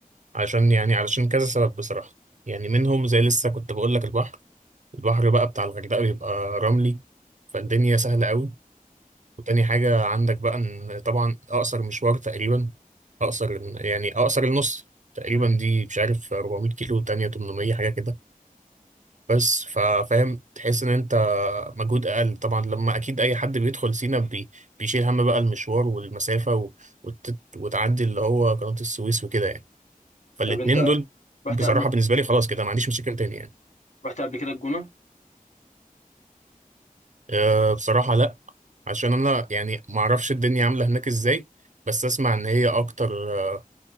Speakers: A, on the right; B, on the left.
A: عشان يعني علشان كذا سبب بصراحة يعني منهم زي لسه كنت بقول لك البحر البحر بقى بتاع الغردقة بيبقى رملي فالدنيا سهلة قوي وتاني حاجة عندك بقى إن طبعا أقصر مشوار تقريبا أقصر يعني أقصر النص تقريبا
B: مم.
A: دي مش عارف 400 كيلو تانية 800 حاجة كده بس فا- فاهم تحس ان انت مجهود اقل طبعا لما اكيد اي حد بيدخل سينا بي بيشيل هم بقى المشوار والمسافه و... وت... وتعدي اللي هو قناه السويس وكده يعني فالاتنين
B: طب انت
A: دول
B: رحت
A: بصراحه بالنسبه لي خلاص كده ما عنديش مشاكل تاني يعني
B: رحت قبل كده الجونه
A: أه بصراحه لا عشان انا يعني ما اعرفش الدنيا عامله هناك ازاي بس اسمع ان هي اكتر آه،